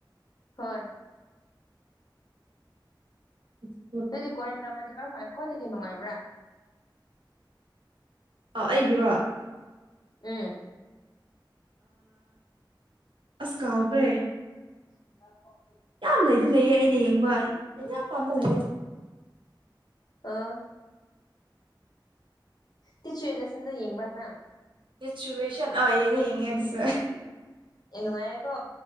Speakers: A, on the left (about 55°); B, on the right (about 85°).
A: ꯍꯣꯏ
B: ꯑꯣ
A: ꯑꯗꯨꯗꯤ ꯀꯣꯔꯦꯟꯗ꯭ꯔꯃꯗꯤ ꯀꯔꯝ ꯍꯥꯏꯅ ꯑꯩꯈꯣꯏꯗꯒꯤ ꯅꯨꯡꯉꯥꯏꯕ꯭ꯔꯥ
B: ꯑꯥꯎ ꯑꯩꯒꯤꯔꯣ
A: ꯎꯝ
B: ꯑꯁ ꯀꯥꯎꯈ꯭ꯔꯦ
A: ꯍ
B: ꯌꯥꯝ ꯂꯩꯗꯤ ꯂꯩꯌꯦ ꯑꯩꯅ ꯌꯦꯡꯕ ꯑꯩꯅ ꯌꯥꯝ ꯄꯥꯝꯕ ꯂꯩꯌꯦ
A: ꯑꯥ ꯇꯁꯨꯨ ꯌꯦꯂꯁꯤꯟꯗꯣ ꯌꯦꯡꯕ ꯅꯪ
B: ꯆꯨꯂꯦꯁꯟ ꯑꯥ ꯌꯦꯡꯉꯦ ꯌꯦꯡꯉꯦ ꯑꯗꯨꯁꯨ
A: ꯑꯦ ꯅꯨꯡꯉꯥꯏꯌꯦꯀꯣ